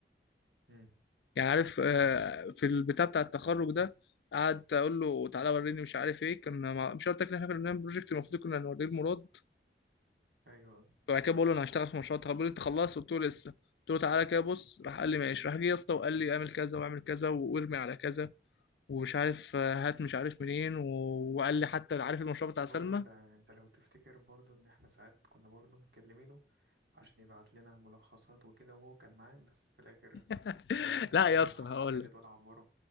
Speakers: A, on the right; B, on the left.
A: امم
B: يعني عارف آه، في البتاع بتاع التخرج ده قعد اقول له تعالى وريني مش عارف ايه كنا مع... مش قلت لك ان احنا كنا بنعمل بروجكت المفروض كنا نوريه لمراد
A: ايوه
B: فبعد كده بقول له انا هشتغل في مشروع التخرج بيقول لي انت خلصت قلت له لسه قلت له تعالى كده بص راح قال لي ماشي راح جه يا اسطى وقال لي اعمل كذا واعمل كذا وارمي على كذا ومش عارف آه، هات مش عارف منين و... وقال لي حتى عارف المشروع
A: بس
B: بتاع
A: برضه
B: سلمى
A: انت انت لو تفتكر برضه ان احنا ساعات كنا برضه مكلمينه عشان يبعت لنا ملخصات وكده وهو كان معاه بس في الاخر
B: <laughs>
A: زي مادة
B: لا
A: سين
B: يا اسطى
A: لمحمد
B: هقول
A: خالد
B: لك
A: ولا عبره